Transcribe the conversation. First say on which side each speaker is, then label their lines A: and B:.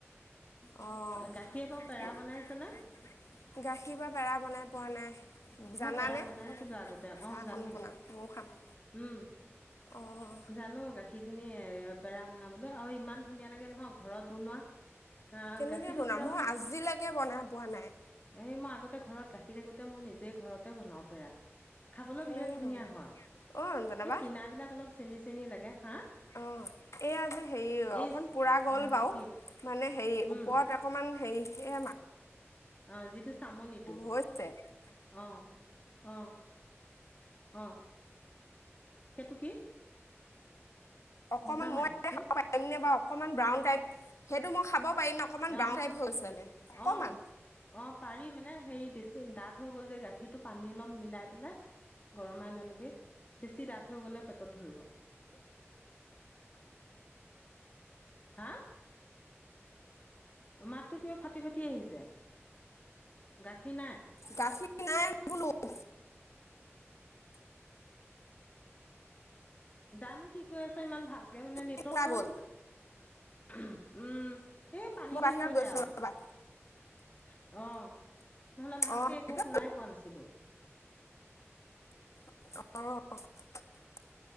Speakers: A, on the left; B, on the left.
A: অ',
B: গাখীৰে বাৰু পেৰা
A: গাখীৰৰ
B: বনাইছ নে?
A: পৰা পেৰা বনাই পোৱা নাই।
B: মই
A: জানানে
B: পেৰা বনাইছিলো
A: চাহ
B: আগতে অ
A: অকন
B: জানো
A: বনাওক ময়ো খাম।
B: উম।
A: অ',
B: জানো গাখীৰ খিনি এ পেৰা বনাবলৈ আও ইমান ধুনীয়া লাগে নহয় ঘৰত বনোৱা আহ
A: কেনেকে
B: গাখীৰটো
A: বনাম
B: পুৰা
A: মই
B: মানে
A: আজিলৈকে বনাই পোৱা নাই
B: এই মই আগতে ঘৰত গাখীৰ থাকোতে মই নিজে ঘৰতে বনাও পেৰা খাবলৈ
A: কেনেকে
B: বিৰাট ধুনীয়া
A: বনোৱা?
B: হয়
A: অ', অঞ্জনা বা
B: এই কিনাবিলাক অলপ চেনী চেনী লাগে হা
A: অ এইয়া যে হেৰি অকন
B: এই
A: পুৰা গল
B: অ
A: বাও
B: কি
A: মানে হেৰি
B: উম
A: ওপৰত অকমান <unintelligible> আমাৰ
B: অ' যিটো চামনিটো।
A: হৈছে
B: অ'! অ', অ', সেইটো কি?
A: অকমান
B: বুজা নাই
A: মই
B: কি
A: খাব পাৰিম নে বাও, অকমান ব্ৰাউন টাইপ সেইটো মই খাব পাৰিম অকণমান
B: অ',
A: ব্ৰাউন টাইপ হৈছে মানে অকণমান
B: অ', অ', পাৰি মানে হেৰি বেছি দাঠ হৈ গ'ল যে গাখীৰটো পানী অলপ মিলাই পেলাই গৰমাই ল' নেকি। বেছি ডাঠ হৈ গ'লে পেট ত'ত ধৰিব, হা? মাততো কিবা ফাটি ফাটি আহিছে গাখীৰ নাই।
A: গাখীৰ নাই বোলো। <inaudible>
B: জানো কি কৈ আছে, ইমান ভালকে মানে নেটৱৰ্কটো।
A: ওলাই গ'ল
B: উম! এই পানী
A: মই বাহিৰত
B: দি থৈ
A: গৈছোঁ
B: দে আৰু।
A: ৰ'বা
B: অ'! নহ'লে ভালকে
A: অঁ সেইটো
B: একো শুনাই পোৱা নাছিলো।
A: অ'।